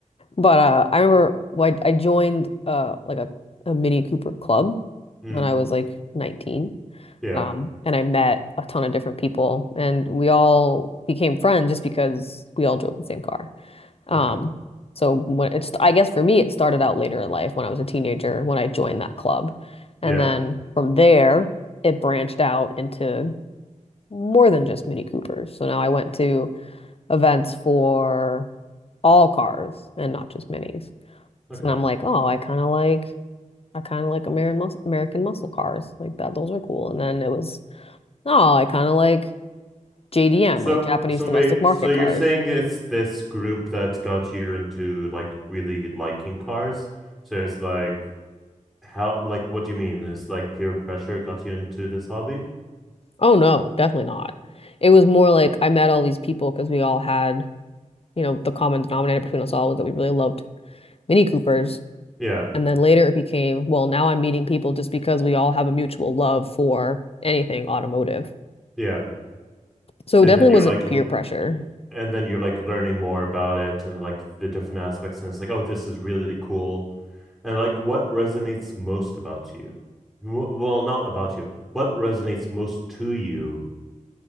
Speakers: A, on the left; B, in the centre.
A: But uh, I remember well, I, I joined uh like a, a Mini Cooper club
B: Mm.
A: when I was like 19.
B: Yeah.
A: Um, and I met a ton of different people, and we all became friends just because we all drove the same car. Um,
B: Okay.
A: so when it's I guess for me it started out later in life when I was a teenager when I joined that club,
B: Yeah.
A: and then from there it branched out into more than just Mini Coopers. So now I went to events for all cars and not just minis.
B: Okay.
A: And I'm like, oh, I kind of like, I kind of like American muscle, American muscle cars. Like that, those are cool. And then it was, oh, I kind of like JDM,
B: So,
A: like Japanese
B: so
A: domestic
B: wait,
A: market
B: so you're
A: cars.
B: saying it's this group that got you into like really liking cars? So it's like how, like, what do you mean? It's like peer pressure got you into this hobby?
A: Oh no, definitely not. It was more like I met all these people because we all had, you know, the common denominator between us all was that we really loved Mini Coopers.
B: Yeah,
A: And then later it became, well, now I'm meeting people just because we all have a mutual love for anything automotive.
B: yeah.
A: So
B: And
A: it definitely
B: then you're
A: wasn't
B: like,
A: peer
B: l-
A: pressure.
B: and then you're like learning more about it and like the different aspects, and it's like, oh, this is really cool. And like, what resonates most about you? W well, not about you. What resonates most to you